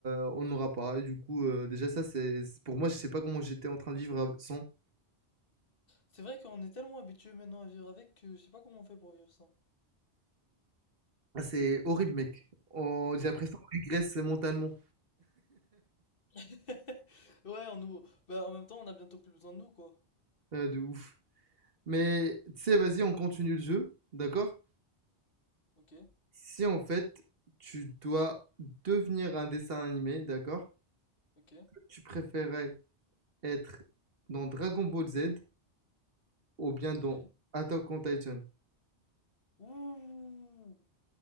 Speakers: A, on the right; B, on the left.
A: euh, on n'aura pas. Et du coup, euh, déjà ça, c'est c'est- pour moi, je sais pas comment j'étais en train de vivre av- sans.
B: C'est vrai qu'on est tellement habitué maintenant à vivre avec que je sais pas comment on fait pour vivre ça.
A: Ah, C'est horrible, mec. On- J'ai l'impression qu'on régresse mentalement,
B: <laughs> Ouais, on nous. Bah, en même temps, on a bientôt plus besoin de nous, quoi.
A: euh, de ouf. Mais tu sais, vas-y, on continue le jeu, d'accord?
B: Ok,
A: Si en fait tu dois devenir un dessin animé, d'accord?
B: ok,
A: Tu préférais être dans Dragon Ball Z ou bien
B: ok.
A: dans Attack on Titan?
B: Ouh!